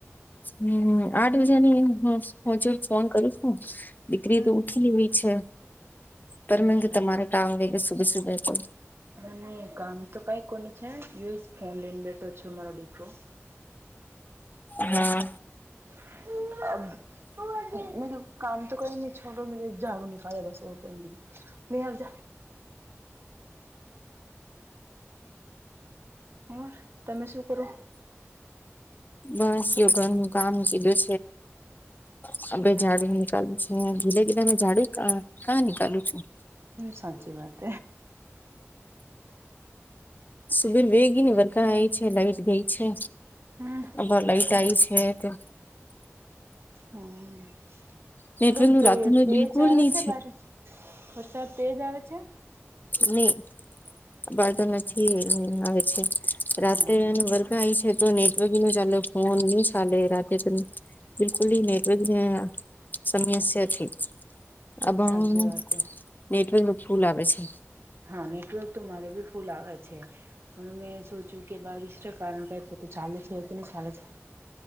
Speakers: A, on the left; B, on the right.
A: હમ આઠ વાજાની હું પોચ ફોન કરીશ હું. દીકરી
B: હમ
A: તો ઉઠીવી છે. પર
B: અચ્છા
A: મે કે તમારે કામ લે કે સુબે સુબે તો
B: હ નહી કામ. તો કઈ કોની છે યુએસ ફાઉન્ લેન બેઠો છ મારો દીકરો હ
A: હમ
B: હ <unintelligible> મેું કામ તો કોઈ ન છો મે ઝાડુ નની ખાે બસ કોઈધ હજ. ઓર તમે શું કરો.
A: બસ ઘરનું કામ કીધું છે બે ચાવી નીકાલવું છે. હ ગીધા કીધે મે ક ક્આ નીકાલું છું
B: સાંચી વાત.
A: સુબેર વેગી ને વરખા આય છે, લાઈટ ગઈ છે.
B: હમ.
A: અબાર લાઈટા આવી છે ક
B: હમ
A: નેટવર્ક
B: મતલબ
A: નું
B: તે
A: રાત ન
B: તેજ
A: બિલકુલ
B: આવે
A: નહી
B: છે બારીશ વરસાદ તેજ આવે છે.
A: નહી અબાળ તો
B: અચ્છા.
A: નથી આવે છે રાતે
B: હા
A: ન વર્ગ કઈ છે તો નેટવર્કિંગ ની ચાલે ફોન નહી ચાલે રાત્રતે તો બિલકુલી નેટવેગ આ સમસ્યા છે. આ બણુ
B: સાચી વાત હે
A: નેટવર્ક ફૂલ આવે છે.
B: હા નેટવર્ક તો મારે બી ફૂલ આવે છે. પણ મેં સોચ્યું કે બારીસ રા કારણ કઈ પોતો ચાલે છે કેને ચાલે છે.